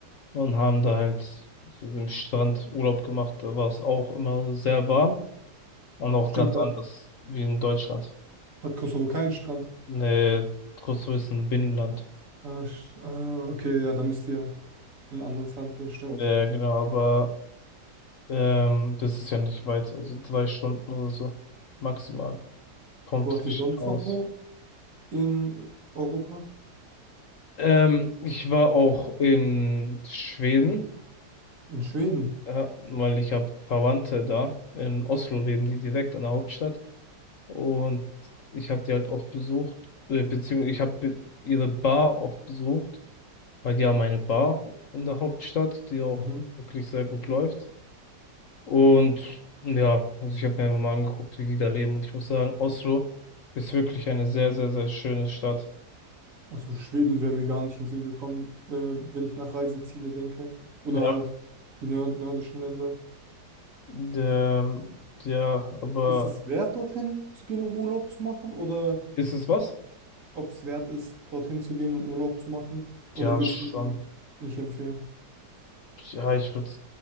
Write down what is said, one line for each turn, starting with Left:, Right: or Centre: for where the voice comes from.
Left: und haben da halt so im Strand Urlaub gemacht. Da war es auch immer sehr warm und auch
Right: Stimmt,
Left: ganz
Right: ja.
Left: anders wie in Deutschland.
Right: Hat Kosovo keinen Strand?
Left: Ne, kurz zu wissen, Binnenland.
Right: Ah, sch- ah, okay, ja, da müsst ihr in ein anderes Land gehen, stimmt.
Left: Ja, genau, aber ähm, das ist ja nicht weit, also drei Stunden oder so maximal vom
Right: Wo
Left: Pristina
Right: hat die sonst
Left: aus.
Right: noch wo? In Europa?
Left: Ähm, ich war auch in Schweden.
Right: In Schweden.
Left: Ja, weil ich habe Verwandte da in Oslo leben, die direkt an der Hauptstadt. Und ich habe die halt oft besucht, äh, beziehungsweise ich habe be ihre Bar oft besucht, weil die haben eine Bar in der Hauptstadt, die auch
Right: Mhm.
Left: wirklich sehr gut läuft. Und ja, also ich habe mir einfach mal angeguckt, wie die da leben. Und ich muss sagen, Oslo ist wirklich eine sehr, sehr, sehr schöne Stadt.
Right: Also Schweden wäre mir gar nicht in den Sinn gekommen, äh, wenn ich nach Reiseziele denke. Oder
Left: Ja,
Right: halt die nör nördischen Länder.
Left: der, ja, aber
Right: Ist es wert, dorthin zu gehen, um Urlaub zu machen? Oder
Left: ist es was?
Right: ob es wert ist, dorthin zu gehen und Urlaub zu machen? Oder
Left: Ja,
Right: würdest
Left: schon.
Right: du mir nicht empfehlen?
Left: Ja, ich würde